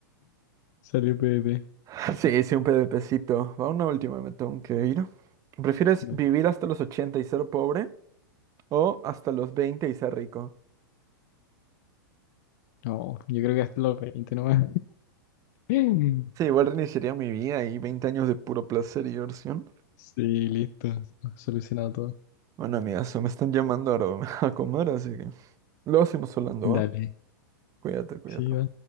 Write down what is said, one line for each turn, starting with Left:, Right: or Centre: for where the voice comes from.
Left: salió PvP.
Right: <laughs> Sí, sí, un PvPcito. Va una última, me tengo que ir. ¿Prefieres
Left: Bueno,
Right: vivir hasta los 80 y ser pobre o hasta los 20 y ser rico?
Left: no, yo creo que hasta los 20 nomás. <laughs>
Right: Sí, igual reiniciaría mi vida y 20 años de puro placer y diversión.
Left: Sí, listo, solucionado todo.
Right: Bueno, amigazo, me están llamando ahora <laughs> a comer, así que luego seguimos hablando,
Left: Dale,
Right: ¿va? Cuídate, cuídate.
Left: sí, va.